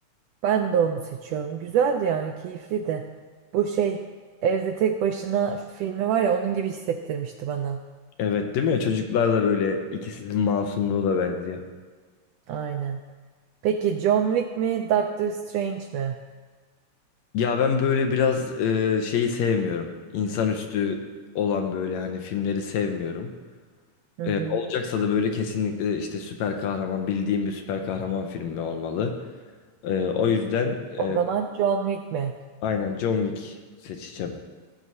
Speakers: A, on the right (about 80°); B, on the left (about 75°).
A: Ben de onu seçiyorum. Güzeldi yani keyifli de. Bu şey evde tek başına filmi var ya onun gibi hissettirmişti bana.
B: Evet değil mi? Çocuklar da böyle ikisinin masumluğu da benziyor.
A: Aynen. Peki John Wick mi Doctor Strange mi?
B: Ya ben böyle biraz e, şeyi sevmiyorum. İnsanüstü olan böyle hani filmleri sevmiyorum.
A: Hı hı.
B: E, olacaksa da böyle kesinlikle işte süper kahraman bildiğim bir süper kahraman filmi olmalı. E, o yüzden
A: O
B: e,
A: zaman John Wick mi?
B: Aynen John Wick seçeceğim.